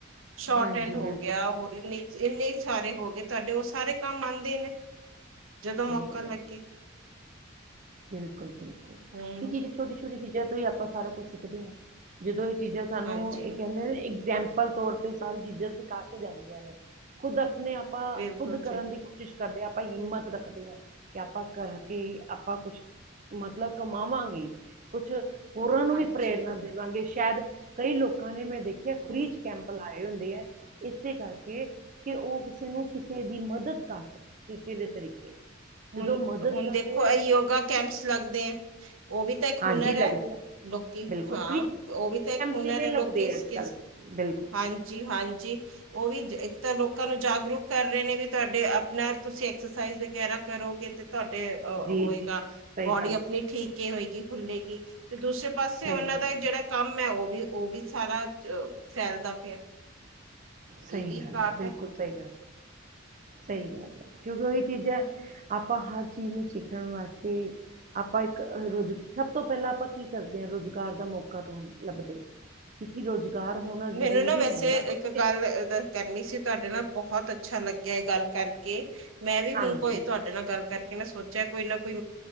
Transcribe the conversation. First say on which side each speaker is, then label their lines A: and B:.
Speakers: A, on the right (about 40°); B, on the right (about 80°).
A: ਹੈ।
B: ਸ਼ੋਰਟ
A: ਹਾਂਜੀ
B: ਐਂਡ ਹੋ
A: ਬਿਲਕੁਲ
B: ਗਿਆ ਹੋਰ ਇਨੇ ਇੰਨੇ ਸਾਰੇ ਹੋ ਗਏ ਤੁਹਾਡੇ ਉਹ ਸਾਰੇ ਕੰਮ ਆਉਂਦੇ ਨੇ ਜਦੋਂ ਮੌਕਾ
A: ਸਹੀ ਗੱਲ
B: ਲੱਗੇ।
A: ਹੈ ਬਿਲਕੁਲ ਬਿਲਕੁਲ
B: ਹਮ
A: ਇਹ ਚੀਜ਼ ਛੋਟੀ ਛੋਟੀ ਚੀਜ਼ ਤੋਂ ਹੀ ਆਪਾਂ ਸਾਰਾ ਕੁਛ ਸਿੱਖਦੇ ਆਂ ਜਦੋਂ ਇਹ ਚੀਜ਼ਾਂ ਸਾਨੂੰ
B: ਹਾਂਜੀ
A: ਇਹ ਕਹਿੰਦੇ ਸੈਂਪਲ ਤੌਰ ਤੇ ਸਾਰੀ ਚੀਜ਼ਾਂ ਸਿਖਾ ਕੇ ਜਾਂਦੀਆਂ ਨੇ ਖੁਦ ਆਪਣੇ ਆਪਾਂ
B: ਬਿਲਕੁਲ
A: ਖੁਦ ਕਰਨ
B: ਜੀ
A: ਦੀ ਕੋਸ਼ਿਸ਼ ਕਰਦੇ ਹਾਂ ਆਪ ਆਪਾਂ ਹਿੰਮਤ ਰੱਖਦੇ ਹਾਂ ਕਿ ਆਪਾਂ ਕਰਕੇ ਆਪਾਂ ਕੁਛ ਮਤਲਬ ਕਮਾਵਾਂਗੇ ਕੁਛ ਹੋਰਾਂ ਨੂੰ
B: ਹਾਂਜੀ
A: ਵੀ ਪ੍ਰੇਰਨਾ ਦੇਵਾਂਗੇ ਸ਼ਾਇਦ ਕਈ ਲੋਕਾਂ ਨੇ ਮੈਂ ਦੇਖਿਆ ਫ੍ਰੀ
B: ਹਮ
A: ਚ ਕੈਂਪ ਲਾਏ, ਹੁੰਦੇ ਹੈ ਇਸੇ ਕਰਕੇ ਕਿ ਉਹ ਕਿਸੇ ਨੂੰ ਕਿਸੇ ਦੀ ਮਦਦ ਕਰ ਮਕਣ। ਕਿਸੇ ਵੀ ਤਰੀਕੇ
B: ਹੁਣ
A: ਮਦਦ
B: ਹੁਣ
A: ਕਰਦੇ
B: ਦੇਖੋ
A: ਆ
B: ਇਹ ਯੋਗਾ ਕੈਂਪਸ ਲੱਗਦੇ ਹੈ ਉਹ ਵੀ ਤਾਂ ਇੱਕ
A: ਹਾਂਜੀ
B: ਹੁਨਰ
A: ਲੱਗਦੇ
B: ਹੈ।
A: ਆ
B: ਲੋਕੀ
A: ਬਿਲਕੁਲ
B: ਹਾਂ ਉਹ ਵੀ ਤਾਂ ਇੱਕ ਹੁਨਰ
A: ਕਿੰਨੇ
B: ਹੈ
A: ਲੱਗਦੇ
B: ਲੋਕੀ ਇਸ
A: ਆ ਅੱਜਕਲ ਬਿਲਕੁਲ
B: ਹਾਂਜੀ-ਹਾਂਜੀ। ਉਹ ਵੀ ਇੱਕ ਤਾਂ ਲੋਕਾਂ ਨੂੰ ਜਾਗਰੂਕ ਕਰ ਰਹੇ ਨੇ ਵੀ ਤੁਹਾਡੇ ਆਪਣਾ ਤੁਸੀਂ ਐਕਸਰਸਾਈਜ਼ ਵਗੈਰਾ ਕਰੋਗੇ ਤੇ ਤੁਹਾਡੇ ਅ
A: ਜੀ
B: ਹੋਏਗਾ
A: ਜੀ ਸਹੀ
B: ਬੋਡੀ
A: ਗੱਲ
B: ਆਪਣੀ ਠੀਕ ਹੀ ਹੋਏਗੀ ਖੁੱਲੇਗੀ। ਤੇ ਦੂਸਰੇ ਪਾਸੇ
A: ਸਹੀ
B: ਉਹਨਾਂ
A: ਗੱਲ
B: ਦਾ
A: ਹੈ,
B: ਜਿਹੜਾ ਕੰਮ ਹੈ ਉਹ ਵੀ ਉਹ ਵੀ ਸਾਰਾ ਫੈਲਦਾ ਪਿਆ।
A: ਸਹੀ
B: ਇਹ ਵੀ
A: ਗੱਲ
B: ਘਾਟ
A: ਹੈ ਬਿਲਕੁਲ ਸਹੀ ਗੱਲ ਸਹੀ
B: ਹਮ।
A: ਗੱਲ ਹੈ ਕਿਉਂਕਿ ਉਹੀ ਚੀਜ਼ ਏ, ਆਪਾਂ ਹਰ ਚੀਜ਼ ਨੂੰ ਸਿੱਖਣ ਵਾਸਤੇ ਆਪਾਂ ਇੱਕ ਰੋਜ਼ ਸਭ ਤੋਂ ਪਹਿਲਾਂ ਆਪਾਂ ਕੀ ਕਰਦੇ ਹਾਂ ਰੋਜ਼ਗਾਰ ਦਾ ਮੌਕਾ ਰਣ ਲੱਭਦੇ ਹਾਂ। ਕਿਉਂਕਿ ਰੁਜ਼ਗਾਰ ਹੋਣਾ ਜ਼ਰੂਰੀ
B: ਮੈਨੂੰ ਵੈਸੇ
A: ਹੈ ਨਾ ਆਪਾਂ
B: ਇੱਕ
A: ਕਿਤੇ
B: ਗੱਲ ਅ ਕਰਨੀ ਸੀ ਤੁਹਾਡੇ ਨਾਲ ਬਹੁਤ ਅੱਛਾ ਲੱਗਿਆ ਇਹ ਗੱਲ ਕਰਕੇ ਮੈਂ ਵੀ ਹੁਣ
A: ਹਾਂਜੀ
B: ਕੋਈ ਤੁਹਾਡੇ ਨਾਲ ਗੱਲ ਕਰਕੇ ਸੋਚਿਆ ਕੋਈ ਨਾ ਕੋਈ,